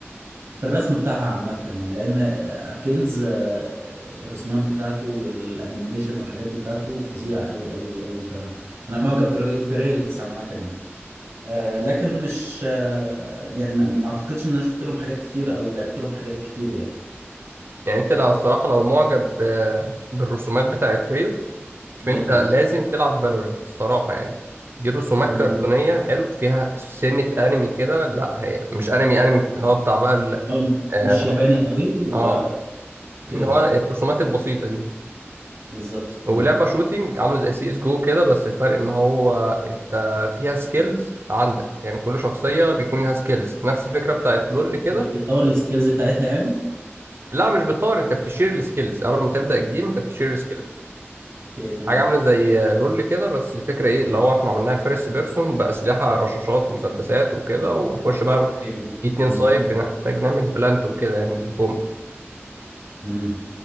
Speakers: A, on the right (about 80°); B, on the right (about 55°).
A: في الرسم بتاعها عامة يعني لأن أركينز آه، الرسومات بتاعته والأنيميشن والحاجات دي بتاعته فظيعة أوي أوي أوي فأنا أنا معجب بري- بريوتس عامة يعني آه، لكن مش آه، يعني ما ما أعتقدش إن أنا شفت لهم حاجات كتير أو لعبت لهم حاجات كتير يعني
B: يعني أنت لو الصراحة لو معجب ب- بالرسومات بتاعت ريوت شوف
A: جدا
B: انت لازم تلعب فالورنت الصراحه يعني دي رسومات
A: مم.
B: كرتونيه حلو فيها سنه انمي كده لا هي مش انمي انمي اللي هو بتاع بقى ال-
A: أو
B: اه
A: مش ياباني أوي و...
B: آه،
A: أوكي
B: اللي هو الرسومات البسيطه دي
A: بالظبط مم.
B: ولعبه شوتينج عامله زي سي اس جو كده بس الفرق ان هو انت فيها سكيلز عندك يعني كل شخصيه بيكون لها سكيلز نفس الفكره بتاعت لول كده
A: إنك بتطور السكيلز بتاعتها يعني
B: لا مش بتطور انت بتشير السكيلز قبل ما تبدا الجيم انت بتشير السكيلز
A: أوكي تمام
B: حاجة عاملة زي لول كده بس الفكرة ايه اللي هو احنا عملناها فيرست بيرسون بأسلحة رشاشات ومسدسات وكده ونخش بقى
A: أوكي
B: في اتنين
A: مم.
B: سايد بنحتاج نعمل بلانت وكده يعني البوم
A: مم.